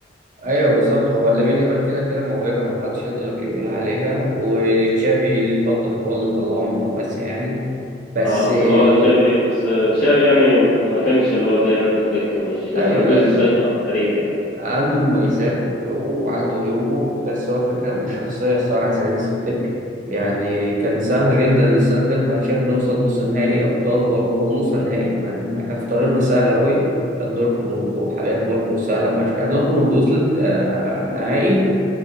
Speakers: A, on the right; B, on the left.
A: أيوه بالظبط هو لامين يامال كده كده موهبة محدش يقدر يقول عليها وتشافي ليه الفضل إن هو اللي طلعه من لاماسيا يعني بس
B: اه حصلوها
A: أيوه
B: تشافي بس آه، تشافي يعني ما كانش اللي هو زي هانز فليك مش ما
A: أيوه
B: عندوش السيطره على الفريق يعني
A: عنده مميزات و- وعنده عيوبه بس هو الفكرة من الشخصية الصراحة زي هانز فليك يعني كان سهل جدا السنة اللي فاتت مع تشافي نوصل نص نهائي أبطال برضه أو نص نهائي كمان احنا كان في طريقنا سهل أوي كان دورتموند وحاجات برضه سهلة فشخ يعني دورتموند وصلت آه، نهائي